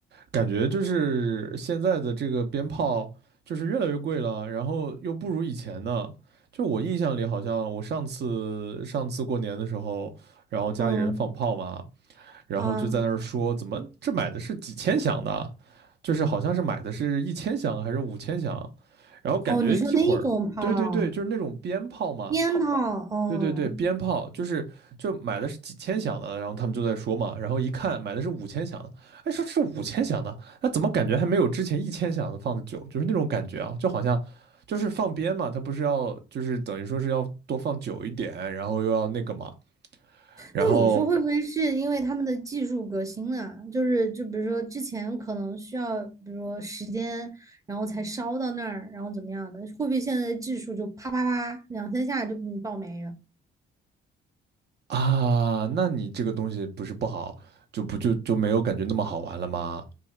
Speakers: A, on the right; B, on the right.
A: 感觉就是现在的这个鞭炮就是越来越贵了，然后又不如以前呢。就我印象里，好像我上次上次过年的时候，然后家里人放炮嘛，
B: 嗯
A: 然后就在那儿说怎么这买的是几千响的，
B: 啊，
A: 就是好像是买的是一千响还是五千响，然后感觉一会儿，
B: 哦，你说那一种炮，
A: 对对对，就是那种鞭炮嘛，
B: 烟炮，哦，
A: 对对对，鞭炮就是就买的是几千响的，然后他们就在说嘛，然后一看买的是五千响的，哎，说这是五千响的，那怎么感觉还没有之前一千响的放的久，就是那种感觉啊，就好像。就是放鞭嘛，它不是要就是等于说是要多放久一点，然后又要那个嘛，然后
B: 那你说会不会是因为他们的技术革新啊？就是就比如说之前可能需要，比如说时间，然后才烧到那儿，然后怎么样的？会不会现在的技术就啪啪啪两三下就给你爆没了？
A: 啊，那你这个东西不是不好，就不就就没有感觉那么好玩了吗？